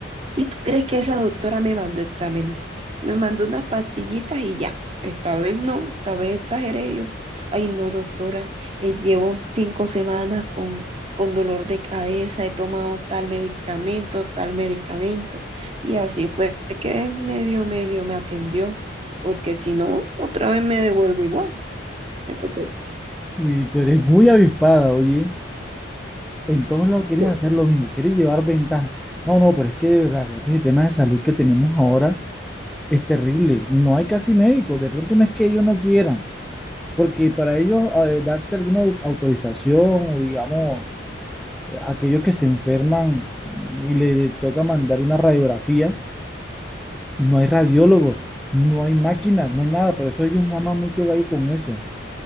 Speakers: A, on the right; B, in the centre.
A: ¿Y tú crees que esa doctora me mandó exámenes? Me mandó unas pastillitas y ya. Esta vez no, esta vez exageré yo. Ay, no, doctora, eh, llevo cinco semanas con, con dolor de cabeza, he tomado tal medicamento, tal medicamento. Y así fue que medio, medio me atendió, porque si no, otra vez me devuelvo igual. Me tocó.
B: Sí, tú eres muy avispada, oye. En todos
A: Ay,
B: lados quieres
A: no.
B: hacer lo mismo, quieres llevar ventaja. No, no, pero es que de verdad, este sistema de salud que tenemos ahora Es terrible, no hay casi médicos, de pronto no es que ellos no quieran, porque para ellos eh, darte alguna au- autorización o digamos, eh, aquellos que se enferman y le toca mandar una radiografía, no hay radiólogos, no hay máquinas, no hay nada, por eso ellos maman mucho gallo con eso,